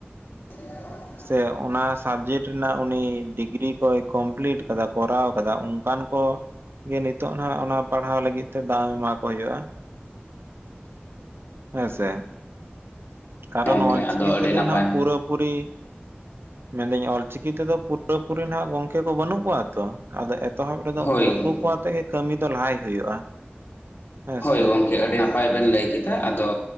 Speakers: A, on the left (about 60°); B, on the right (about 65°).
A: <unintelligible>
B: ᱥᱮ ᱚᱱᱟ ᱥᱟᱵᱡᱮᱠᱴ ᱨᱮᱱᱟᱜ ᱩᱱᱤ ᱰᱤᱜᱽᱨᱤ ᱠᱚᱭ ᱠᱚᱢᱯᱤᱞᱤᱴ ᱠᱟᱫᱟ ᱠᱚᱨᱟᱣ ᱠᱟᱫᱟ ᱚᱱᱠᱟᱱ ᱠᱚ᱾ ᱜᱮ ᱱᱤᱛᱚᱜ ᱱᱟᱜ ᱚᱱᱟ ᱯᱟᱲᱦᱟᱣ ᱞᱟᱹᱜᱤᱫ ᱛᱮ ᱫᱟᱣ ᱮᱢᱟ ᱠᱚ ᱦᱩᱭᱩᱜᱼᱟ᱾ ᱦᱮᱸᱥᱮ ᱠᱟᱨᱚᱱ
A: ᱜᱚᱢᱠᱮ
B: ᱚᱞᱪᱤᱠᱤ
A: ᱟᱫᱚ ᱟᱹᱰᱤ
B: ᱛᱮᱫᱚ
A: ᱱᱟᱯᱟᱭ
B: ᱱᱟᱜ ᱯᱩᱨᱟᱹᱯᱩᱨᱤ ᱢᱮᱱᱫᱟᱹᱧ ᱚᱞᱪᱤᱠᱤ ᱛᱮᱫᱚ ᱯᱩᱨᱟᱹᱯᱩᱨᱤ ᱱᱟᱜ ᱜᱚᱝᱠᱮ ᱠᱚ ᱵᱟᱹᱱᱩᱜ ᱠᱚᱣᱟ ᱾ ᱟᱫᱚ ᱮᱛᱚᱦᱚᱵ ᱨᱮᱫᱚ
A: ᱦᱳᱭ
B: ᱱᱩᱠᱩ ᱠᱚ ᱟᱛᱮ ᱜᱮ ᱠᱟᱹᱢᱤ ᱫᱚ ᱞᱟᱦᱟᱭ ᱦᱩᱭᱩᱜᱼᱟ᱾ ᱦᱮᱸᱥᱮ
A: ᱦᱳᱭ ᱜᱚᱢᱠᱮ ᱟᱹᱰᱤ ᱱᱟᱯᱟᱭ ᱵᱮᱱ ᱞᱟᱹᱭ ᱠᱮᱫᱟ, ᱟᱫᱚ